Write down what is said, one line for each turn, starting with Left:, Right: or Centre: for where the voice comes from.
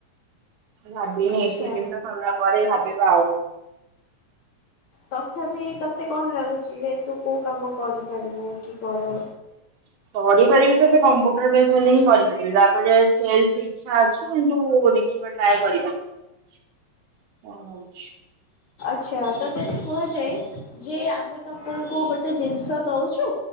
Right: ଭାବିନି
Left: ଆଚ୍ଛା।
Right: ସେଲିମଟା ସରିଲା ପରେ ଭାବିବା ଆଉ।
Left: ତଥାପି ତତେ କ'ଣ ଲାଗୁଛି ଯେ ତୁ କୋଉ କାମ କରିପାରିବୁ କି କ'ଣ?
Right: <inaudible> ପଢିପାରିବି ତ ସେ କମ୍ପ୍ୟୁଟର ବେଶ୍ ହେଲେ ହିଁ କରିପାରିବି। ତାପରେ ସେଲସରେ ଇଚ୍ଛା ଅଛି କିନ୍ତୁ ଦେଖ୍ ଖିବା ଟ୍ରାୟ କରିବା କ'ଣ ହଉଛି।
Left: ଛା ତତେ ଯଦି କୁହାଯାଏ ଯେ ଆମେ ତ ଆପଣଙ୍କୁ ଗୋଟେ ଜିନିଷ ଦଉଛୁ